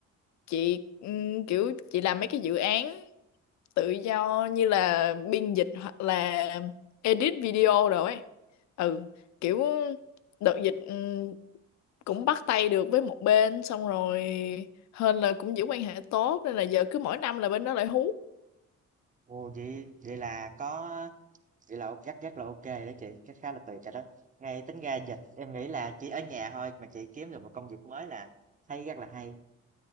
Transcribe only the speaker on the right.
Ồ, vậy vậy là có vậy là ok- chắc chắc là ok đó chị cái khá là tuyệt rồi đó ngay tính ra dịch em nghĩ là chỉ ở nhà thôi mà chị kiếm được một công việc mới là hay rất là hay